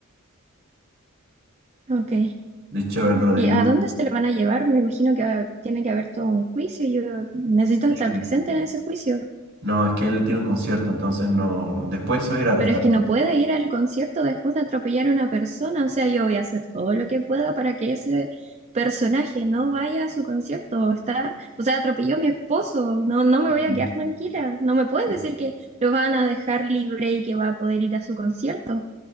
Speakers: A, on the right; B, on the right.
A: Ok.
B: De hecho, el Rodrigo...
A: ¿Y a dónde se lo van a llevar? Me imagino que ah, tiene que haber todo un juicio. Yo necesito
B: sí,
A: estar presente en ese juicio.
B: No, es que él tiene un concierto, entonces no... Después se va a ir a arrestar.
A: Pero es que no puede ir al concierto después de atropellar a una persona. O sea, yo voy a hacer todo lo que pueda para que ese personaje no vaya a su concierto. Está, o sea, atropelló a mi esposo. No, no me
B: Sí,
A: voy a quedar tranquila. No me puedes
B: Sí,
A: decir que lo van a dejar libre y que va a poder ir a su concierto.